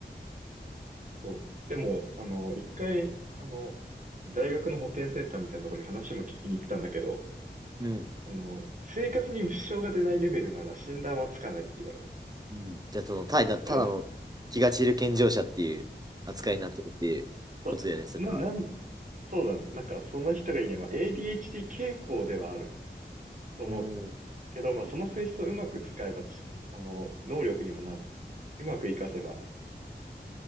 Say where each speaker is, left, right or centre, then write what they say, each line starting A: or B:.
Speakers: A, on the right; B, on the right.
A: そう。でも、あの、一回、あの、大学の保健センターみたいなところに話も聞きに行ったんだけど、
B: うん。
A: あの、生活に支障が出ないレベルなら診断はつかないって言われた。
B: うんじゃあ、その、ただ、ただの気が散る健常者っていう扱いになってるっていうことだよね、
A: だから、そう、
B: それは。
A: な、なん、そうだ、なんかその人が言えば ADHD 傾向ではあると思う
B: うん。
A: けど、まあその性質をうまく使えばち、あの、能力にもな、うまく活かせば